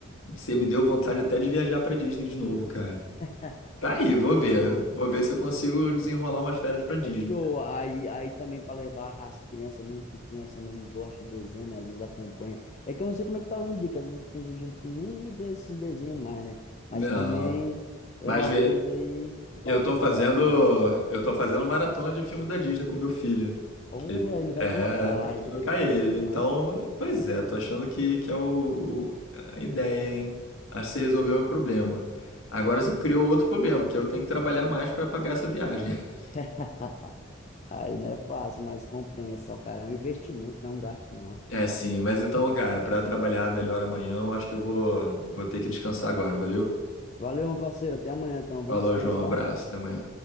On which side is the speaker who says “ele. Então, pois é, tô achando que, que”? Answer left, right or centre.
Left